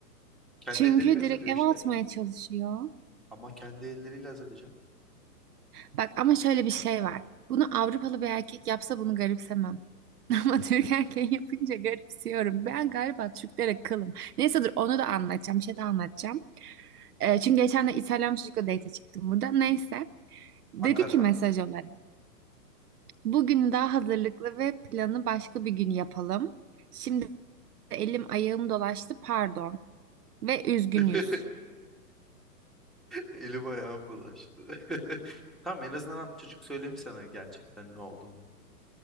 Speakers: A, in the centre; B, on the right.
A: Kendi
B: çünkü
A: elleriyle hazırlıyor
B: direkt eve
A: işte.
B: atmaya çalışıyor.
A: Ama kendi elleriyle hazırlayacak.
B: Bak ama şöyle bir şey var. Bunu Avrupalı bir erkek yapsa bunu garipsemem. <laughs> Ama Türk erkeği yapınca garipsiyorum. Ben galiba Türklere kılım. Neyse dur onu da anlatacağım. Bir şey de anlatacağım. Ee, çünkü geçen de İtalyan bir çocukla date çıktım burada. Neyse. Dedi
A: Ankara'da.
B: ki mesaj olarak. Bugün daha hazırlıklı ve planı başka bir gün yapalım. Şimdi elim ayağım dolaştı pardon. Ve üzgünüz.
A: <laughs> Elim ayağım bulaştı. <laughs> Tamam en azından çocuk söylemiş sana gerçekten ne olduğunu.